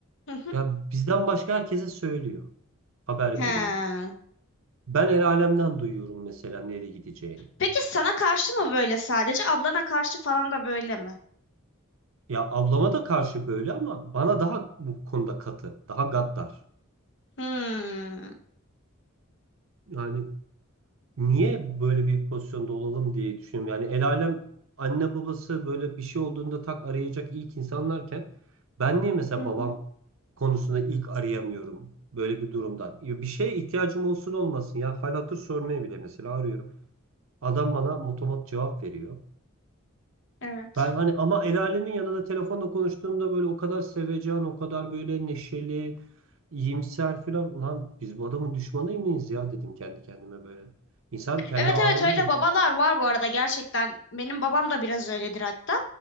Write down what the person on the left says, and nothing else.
Hı hı.
He.
Peki sana karşı mı böyle sadece, ablana karşı falan da böyle mi?
Hmm.
Hı hı.
Evet.
Evet
evet öyle
babalar var bu arada gerçekten. Benim babam da biraz öyledir hatta.